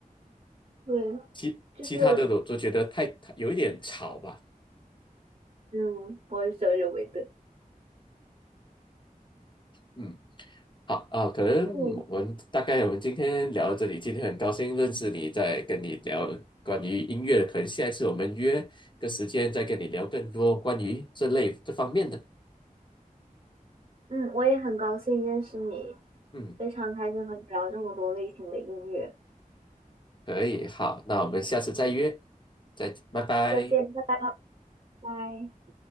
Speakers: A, on the right; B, on the left.
A: 对，
B: 其其他的我都觉得太太有一点吵吧。
A: 就是嗯，我也是有认为的。
B: 嗯，好啊，可能我们大概我们今天聊到这里，
A: 那你，
B: 今天很高兴认识你，在跟你聊关于音乐的，可能下一次我们约个时间再跟你聊更多关于这类这方面的。
A: 嗯，我也很高兴认识你，
B: 嗯。
A: 非常开心和你聊这么多类型的音乐。
B: 可以，好，那我们下次再约，再，拜拜。
A: 再见，拜拜。